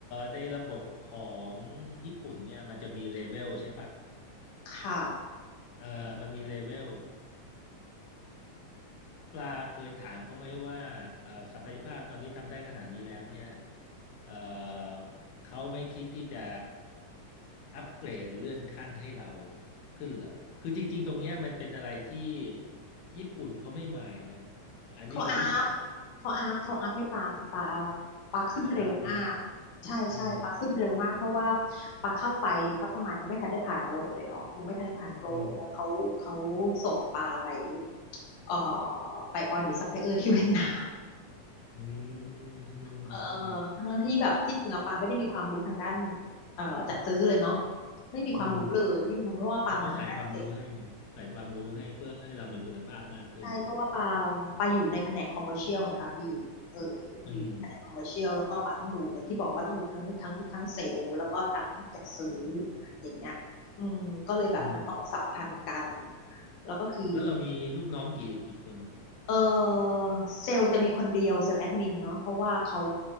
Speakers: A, on the left; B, on the left.
A: ในระบบของญี่ปุ่นเนี่ยมันจะมีเลเวลใช่ปะ
B: ค่ะ
A: เอ่อมันมีเลเวลปลาเคยถามเขาไหมว่าเอ่อศักยภาพตอนนี้ทำได้ขนาดนี้แล้วเนี่ยเอ่อเขาไม่คิดที่จะอัปเกรดหรือเลื่อนขั้นให้เราขึ้นเหรอคือจริงๆตรงเนี้ยมันเป็นอะไรที่ญี่ปุ่นเขาไม่มายนะอันนี้คือนิสัย
B: เขาอัพเขาอัพเขาอัพให้ปลาคือปลาปลาขึ้นเร็วมาก
A: เขาก็อัพให้ใช่ไหม
B: ใช่ใช่ปลาขึ้นเร็วมากเพราะว่า
A: อืม
B: ปลาเข้าไปสักประมาณยังไม่ทันได้ผ่านโปรเลยเนาะยังไม่ทันได้ผ่านโปรเลยแล้วเขาเขา
A: อืม
B: ส่งปลาไปเอ่อไปออดิตซัพพลายเออร์ที่เวียดนาม
A: อืมอืมอืม
B: เออทั้งที่แบบที่จริงอะปาไม่ได้มีความรู้ทางด้านเอ่อจัดซื้อเลยเนาะไม่มีความรู้เลยไม่มีความรู้เพราะว่าปามาทางด้านเกษตร
A: อืมเเขาใส่ความรู้ให้เนี่ยใส่ความรู้ให้เพื่อให้เรามีคุณภาพมากขึ้น
B: ใช่เพราะว่าปาปาอยู่ในแผนกคอมเมอร์เชียลไงคะพี่เออ
A: อืม
B: อยู่ในแผนกคอมเมอร์เชียลแล้วก็ปาต้องดูอย่างที่บอกว่าต้องดูทั้งทั้งทั้งเซลล์แล้วก็ทั้งจัดซื้ออย่างเงี้ยอืมก็เลยแบบมันต้องสัมพันธ์กัน
A: อืม
B: แล้วก็คือ
A: แล้วเรามีลูกน้องกี่กี่คน
B: เออเซลล์จะมีคนเดียวเซลล์แอดมินเนาะเพราะว่าเขา